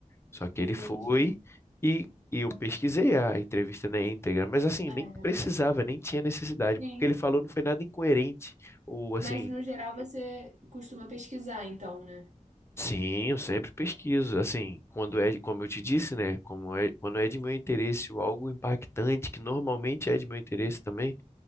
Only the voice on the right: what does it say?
Entendi.
É,
sim.
Mas no geral você costuma pesquisar, então, né?